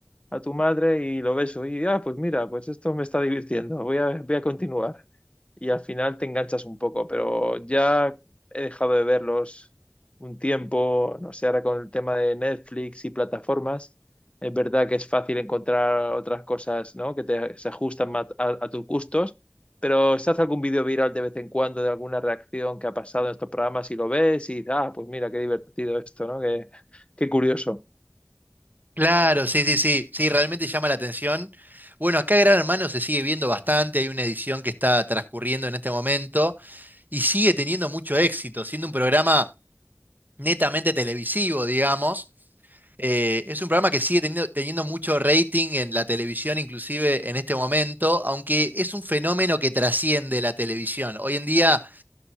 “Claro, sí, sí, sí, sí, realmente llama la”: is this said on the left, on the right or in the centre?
Right